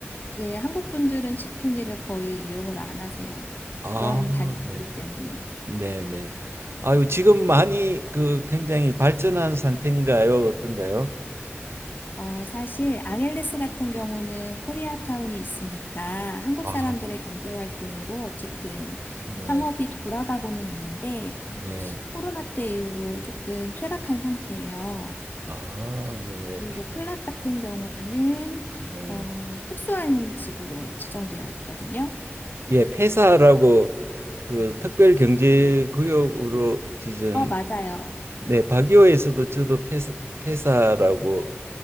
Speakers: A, on the left; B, on the right.
A: 네, 한국 분들은 지프니를 거의 이용을 안 하세요.
B: 아,
A: 그런 단점들
B: 네,
A: 때문에.
B: 네, 네. 아유, 지금 많이 그 굉장히 발전한 상태인가요? 어떤가요?
A: 어, 사실 앙헬레스 같은 경우는 코리아타운이 있으니까 한국
B: 아,
A: 사람들의 경제 활동으로 어쨌든
B: 네,
A: 상업이 돌아가고는 있는데
B: 네.
A: 코로나 때 이후로 조금 쇠락한 상태예요.
B: 아, 네.
A: 그리고 클락 같은 경우는
B: 네.
A: 어, 특수한 집으로 지정되어 있거든요.
B: 예, 폐사라고 그 특별경제구역으로 지정
A: 어, 맞아요.
B: 네, 박이호에서도 저도 회사, 회사라고